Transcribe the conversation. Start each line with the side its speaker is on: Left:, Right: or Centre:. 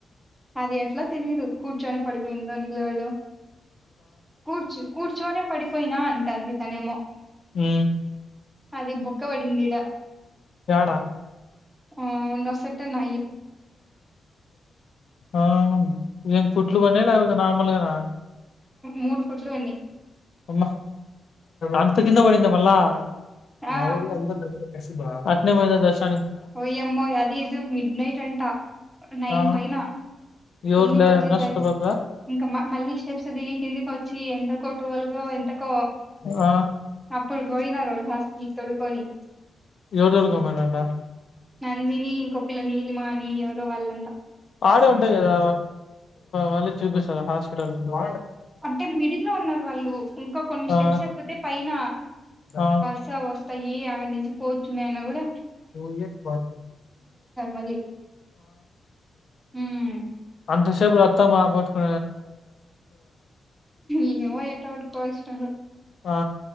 Centre: అది ఎట్లా తెలీయదు కూర్చొని పడిపోయింది నిలబడ కూర్చు కూర్చొనే పడిపోయినా అంటాంది తనేమో
Left: మ్మ్
Centre: అది బొక్క పడిందిడా
Left: యాడ
Centre: ఆ నొసట నా
Left: ఆ ఎంత కుట్లు పడినయా లేకపోతే నార్మల్గానా
Centre: మూడు కుట్లు ఉన్నాయి
Left: అమ్మ అంత కింద పడింద మళ్ళా
Centre: ఆ
Left: మా ఊర్లో అందరిని అట్నే పోయిన దస్
Centre: వయామ్మో అది ఇది మిడ్ నైట్ పెంట నైన్
Left: ఆ
Centre: పైనా
Left: ఎవరు
Centre: కిందికి
Left: లేరన్న
Centre: వచ్చేసరికి,
Left: చుట్టుపక్కల
Centre: ఇంకా మళ్ళీ స్టెప్స్ దిగి కిందికి వచ్చి, ఎంతకో టూవల్ ఎంతకో
Left: ఆ
Centre: అప్పుడు పోయినళ్ళు హాస్పిటల్కి తోడుకొని
Left: ఎవరెవరు గమ్మునుండ
Centre: నందిని ఇంకొ పిల్ల నీలిమా అని ఎవ <unintelligible> వాళ్ళు
Left: ఆడే ఉంటాయి కదా వాళ్ళు చూపిస్తారా హాస్పిటల్స్ లో
Centre: అంటే మిడిల్ లో ఉన్నారు వాళ్ళు, ఇంకా కొన్ని స్టెప్స్
Left: ఆ
Centre: ఎక్కితె పైన
Left: ఆ
Centre: బస్స వస్తాయి అని. పోచ్చు మే అన్న గూడ
Left: అ
Centre: మళ్ళీ ఉమ్
Left: అంత అప్పు రత్తా పోట్టుకు
Centre: ఏమో ఎటో గ టు కోసినారో
Left: ఆ